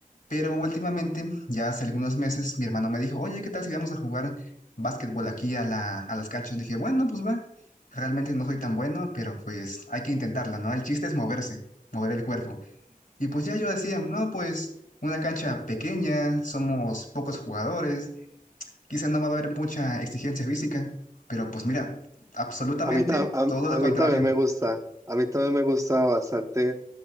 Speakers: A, on the left; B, on the right.
A: Pero últimamente, ya hace algunos meses, mi hermano me dijo, oye, ¿qué tal si vamos a jugar básquetbol aquí a la, a las canchas? Dije, bueno, pues va, realmente no soy tan bueno, pero pues hay que intentarla, ¿no? El chiste es moverse, mover el cuerpo. Y pues ya yo decía, no, pues una cancha pequeña, somos pocos jugadores, quizá no va a haber mucha exigencia física, pero pues mira, absolutamente
B: A mí, ta- a,
A: todo
B: a
A: lo contrario.
B: mí también me gusta, a mí también me gusta bastante